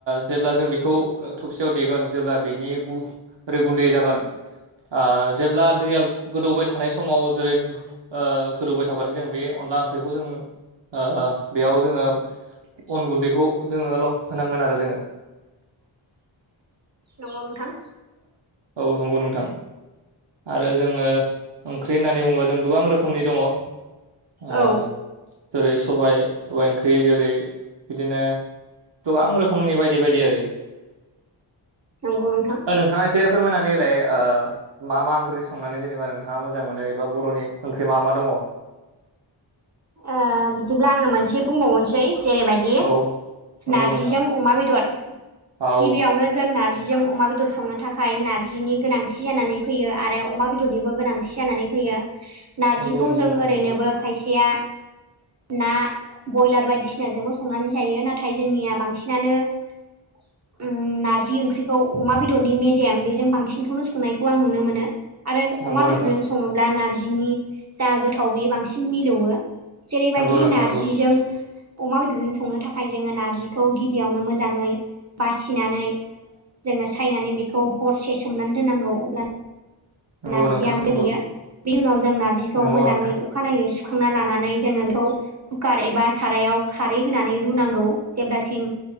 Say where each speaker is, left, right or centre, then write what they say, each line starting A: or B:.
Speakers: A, on the right; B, on the right.
A: जेब्ला जों बेखौ थबसियाव देगोन जेब्ला बेनि गु रै गुन्दै जागोन ओ जेब्ला दैया गोदौबाय थानाय समाव जेरै ओ गोदौबाय थाबाथाय जों बे अनला ओंख्रिखौ जों ओ बेयाव जोङो अन गुन्दैखौ जोङो ल' होनांगोन आरो जोङो।
B: नंगौ नोंथां
A: ओ औ नंगौ नोंथां। आरो जोङो ओंख्रि होननानै बुंङोबा जों गोबां रोखोमनि दङ। ओ
B: औ
A: जेरै सबाइ सबाइ ओंख्रि जेरै बिदिनो गोबां रोखोमनि बायदि बायदि आरो
B: नंगौ नोंथां।
A: ओ नोंथाङा एसे फोरमायनानैलाय ओ मा मा ओंख्रि संनानै जेनेबा नोंथाङा मोजां मोनो एबा बर'नि ओंख्रि मा मा दङ?
B: ओ बिदिब्ला आंङो मोनसे बुंबावनोसै जेरैबायदि दे
A: औ नंगौ
B: नारजिजों
A: नोंथां
B: अमा बेदर
A: औ
B: गिबियावनो जों नारजिजों अमा बेदर संनो थाखा खाय नार्जिनि गोनांथि जानानै फैयो आरो अमा बेदरनिबो गोनांथि जानानै फैयो। नारजिखौ
A: नंगौ नंगौ
B: जों
A: नोंथां
B: ओरैनोबो
A: नंगौ
B: खायसेया ना ब्रयलार बायदिसिना जोंबो संनानै जायो नाथाय जोंनिया बांसिनानो <inaudible> ओम नारजि ओंख्रिखौ अमा बेदरनि मेजेम बेजों बांसिनखौनो संनायखौ आं नुनो मोनो। आरो
A: नंगौ
B: अमा बेदरजों
A: नोंथां
B: सङोब्ला नारजिनि जा गोथाव बेयो बांसिन मिलौओ। जेरै' बायदि
A: नंगौ नोंथां
B: नारजिजों अमा बेदरजों संनो थाखाय जोङो नारजिखौ गिबियावनो मोजाङै बासिनानै जोङो सायनानै बेखौ हरसे सोमनानै दोननांगौ अब्ला
A: नंगौ
B: नारजिया
A: नंगौ नोंथां
B: ओमफ्राय
A: नंगौ
B: बियो बिनि उनाव जों नार्जिखौ
A: नंगौ
B: मोजाङै
A: नोंथां
B: अखानायै सुखांना लानानै जोङो बेखौ कुकार एबा सारायाव खारै होनानै रुनांगौ जेब्लासिम